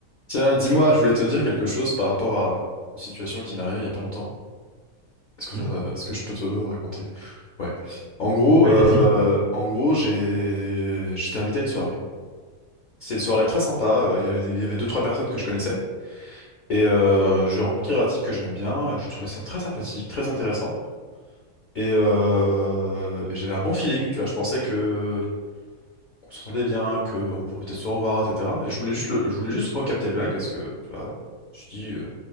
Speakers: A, on the left; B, on the right.
A: Tiens, dis-moi, je voulais te dire quelque chose par rapport à une situation qui m'est arrivée il y a pas longtemps. Est-ce que
B: Mmh.
A: ça, est-ce que je peux te raconter? Ouais. En gros,
B: Oui,
A: euh,
B: vas-y.
A: en gros, j'ai, j'étais invité à une soirée. C'était une soirée très sympa. euh, Il y avait des- il y avait deux, trois personnes que je connaissais. Et euh, j'ai rencontré un type que j'aimais bien. et Je trouvais ça très sympathique, très intéressant. Et, euh, et j'avais un bon feeling, tu vois. Je pensais que on s'entendait bien, qu'on pourrait peut-être se revoir, etc. Et je voulais juste le, je voulais juste recapter le mec parce que, tu vois, je dis, euh,